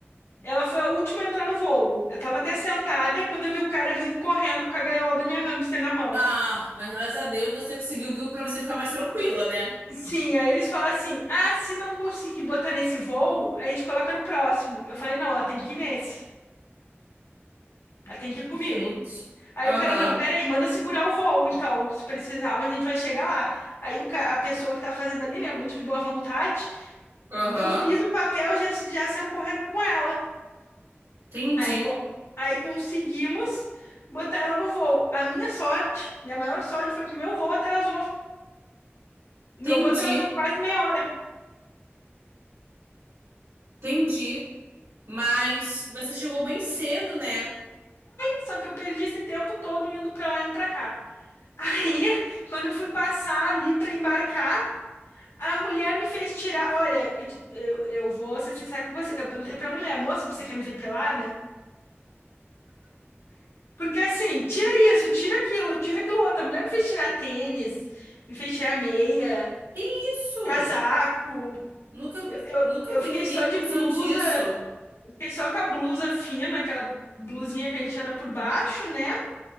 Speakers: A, on the left; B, on the right.
A: Ela foi a última a entrar no voo. Eu tava até sentada quando eu vi o cara vindo correndo com a gaiola da minha hamster na mão.
B: Ah, mas graças a Deus você conseguiu viu pra você ficar mais tranquila, né?
A: Sim, aí eles falaram assim: ah, se não conseguir botar nesse voo, a gente coloca no próximo. Eu falei: não, ela tem que ir nesse. Ela tem que ir comigo.
B: Gente.
A: Aí
B: Aham,
A: o cara, não, peraí, manda segurar o voo, então, se precisar, mas a gente vai chegar lá. Aí o ca- a pessoa que tá fazendo ali, né, muito de boa vontade,
B: aham.
A: eu fiz o papel, já, já saiu correndo com ela.
B: Entendi,
A: Aí, co- aí conseguimos botar ela no voo. A minha sorte, minha maior sorte foi que o meu voo atrasou. Meu
B: entendi,
A: voo atrasou quase meia hora.
B: entendi. Mas você chegou bem cedo, né?
A: Só que eu perdi esse tempo todo indo pra lá e indo pra cá. Aí, quando eu fui passar ali pra embarcar, A mulher me fez tirar. Olha, eu, te- eu, eu vou ser sincera com você. Eu perguntei pra mulher, moça, você quer me ver pelada? Porque assim, tira isso, tira aquilo, tira aquilo outro. A mulher me fez tirar tênis, me fez tirar meia,
B: Que isso?
A: casaco.
B: Nunca,
A: Eu, eu,
B: nunca
A: eu
B: vi
A: fiquei
B: ninguém
A: só
B: que
A: de
B: precisou
A: blusa,
B: disso.
A: eu fiquei só com a blusa fina, aquela blusinha que a gente anda por baixo, né?